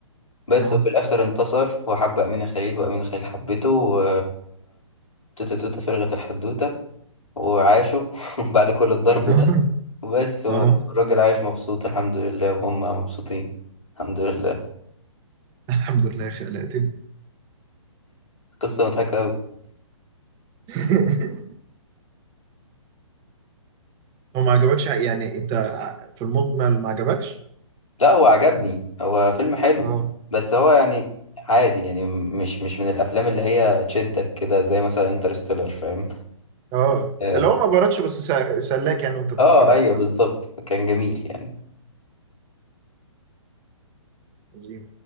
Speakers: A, on the left; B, on the right.
A: بس
B: اه
A: وفي الآخر انتصر وحب أمينة خليل وأمينة خليل حبته و توتة توتة فرغت الحدوتة وعاشوا <laughs> بعد كل الضرب ده
B: اه <laughs>
A: بس والراجل
B: اه
A: عايش مبسوط الحمد لله وهم مبسوطين الحمد لله
B: الحمد لله خلقتني
A: قصة مضحكة أوي
B: <laughs> هو ما عجبكش يعني انت في المجمل ما عجبكش
A: لا هو عجبني هو فيلم حلو
B: اه
A: بس هو يعني عادي يعني مش مش من الأفلام اللي هي تشدك كده زي مثلا انترستيلر فاهم
B: اه
A: اه
B: اللي هو ما باركش بس سا- سلاك يعني وانت بتتفرج
A: آه، ايوه
B: الكلام
A: بالظبط
B: ده.
A: كان جميل يعني
B: أمم.